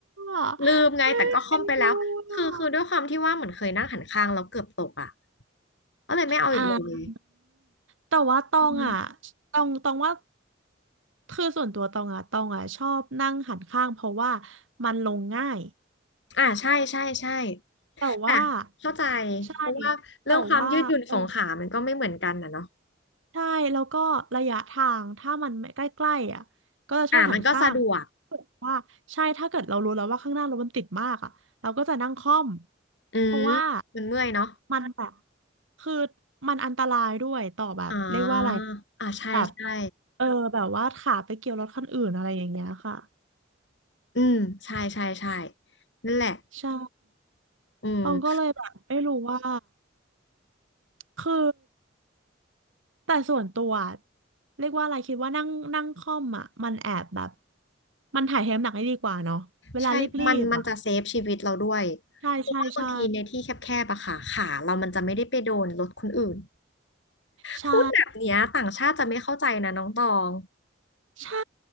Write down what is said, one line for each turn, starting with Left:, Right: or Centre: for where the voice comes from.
Right: ะ
Left: ลืมไงแต่ก็ค่อมไปแล้วคือคือด้วยความที่ว่าเหมือนเคยนั่งหันข้างแล้วเกือบตกอ่ะ
Right: เอ้ยเอ็นดูอะ
Left: ก็เลยไม่เอาอีกเลย
Right: อ่าแต่ว่าตองอ่ะ
Left: อืม
Right: ตองตองว่าคือส่วนตัวตองอ่ะตองอ่ะชอบนั่งหันข้างเพราะว่ามันลงง่าย
Left: อ่าใช่ใช่ใช่
Right: แต่ว่า
Left: แต่เข้าใจ
Right: ใช่
Left: เพราะว่าเรื่องความยืดหยุ่นของขามันก็ไม่เหมือนกันนะเนาะ
Right: แต่ว่าเออใช่แล้วก็ระยะทางถ้ามันไม่ใกล้ๆอ่ะก็จะชอบหันข้าง
Left: อ่ามันก็สะดวก
Right: ว่าใช่ถ้าเกิดเรารู้แล้วว่าข้างหน้ารถมันติดมากอ่ะเราก็จะนั่งค่อม
Left: อืม
Right: เพราะว่า
Left: มันเมื่อยเนาะ
Right: มันแบบคือมันอันตรายด้วยต่อแบบเรียกว่าอะไร
Left: อ๋ออ่าใช่ใช่
Right: แบบเออแบบว่าขาไปเกี่ยวรถคันอื่นอะไรอย่างเงี้ยค่ะ
Left: อืมใช่ใช่ใช่นั่นแหละ
Right: ใช่
Left: อืม
Right: ต้องก็เลยแบบไม่รู้ว่าคือ แต่ส่วนตัวอะเรียกว่าอะไรคิดว่านั่งนั่งคล่อมอ่ะมันแอบแบบมันถ่ายเทน้ำหนักได้ดีกว่าเนาะเวลารีบๆอ่ะ
Left: ใช่มันมันจะเซฟชีวิตเราด้วย
Right: ใช่ใช่ใช่
Left: เพราะว่าบางทีในที่แคบๆอะค่ะขาเรามันจะไม่ได้ไปโดนรถคนอื่น
Right: ใช่
Left: พูดแบบเนี้ยต่างชาติจะไม่เข้าใจนะน้องตอง
Right: ใช่